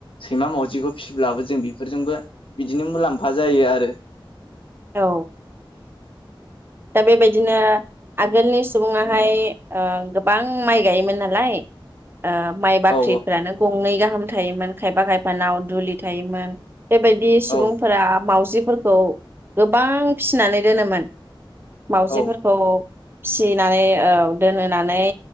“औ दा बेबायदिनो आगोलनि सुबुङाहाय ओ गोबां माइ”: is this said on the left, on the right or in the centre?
Right